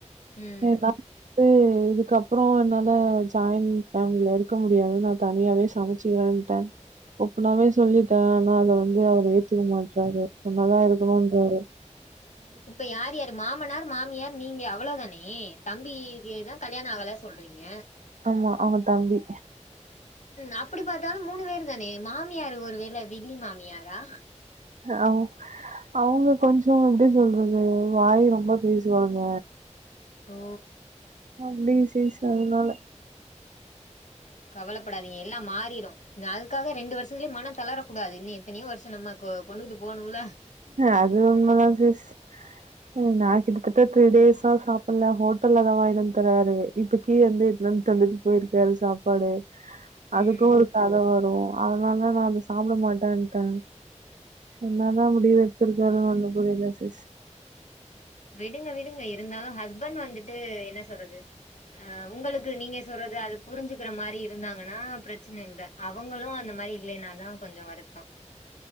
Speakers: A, on the left (about 70°); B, on the right (about 80°).
A: ம்.
B: எதா து இதுக்க ப்றோ என்னால ஜாயிண்ட் ஃபேமிலில இருக்க முடியாது நா தனியாவே சமச்சுக்குறேன்டே ஃபுல்லாவே சொல்லிட்டே ஆனா அத வந்து அவர் ஏத்துக்க மாட்றாரு ஒன்னா தா இருக்கனுன்றாரு
A: இப்ப யார் யார் மாமனார் மாமியார் நீங்க அவ்ளோ தானே தம்பிக்கி தா கல்யாணொ ஆகல சொல்றீங்க
B: ஆமா அவே தம்பி
A: ம் அப்டி பாத்தாலு மூனு பேரு தானே மாமியார் ஒரு வேல வில்லி மாமியாரா
B: அவ் அவுங்க கொஞ்சோ எப்டி சொல்றது வாய் ரொம்ப பேசுவாங்க
A: ஓ
B: அப்டிங் சிஸ் அதனால
A: கவலப்படாதீங்க எல்லா மாறிரு ன்ன அதுக்காக ரெண்டு வர்ஷத்துலே மன தளரக்கூடாது இன்னு எத்தனயோ வர்ஷோ நம்ம கொ கொண்டுட்டு போனுல்ல
B: அது உண்ம தா சிஸ் ம் நா கிட்டத்தட்ட த்ரீ டேஸ்ஸா சாப்புல்ல ஹோட்டல்ல தா வாய்ன்னு வந்த் தராரு இப்ப கீழலெந்து எத்துன் வந் தந்துட்டு போய்ருக்காரு சாப்பாடு அதுக்கு
A: ம்
B: ஒரு கத வரு அதனால நா அத சாப்ட மாட்டேன்ட்டே என்னா தா முடிவெடுத்திருக்காருன் ஒன்னு புரில சிஸ்
A: விடுங்க விடுங்க இருந்தாலு ஹஸ்பண்ட் வந்துட்டு என்ன சொல்றது ஆ உங்களுக்கு நீங்க சொல்றது அது புரிஞ்சுக்ற மாரி இருந்தாங்கன்னா பிரச்சன இல்ல அவங்களு அந்த மாரி இல்லைனாதா கொஞ்சோ வருத்தோ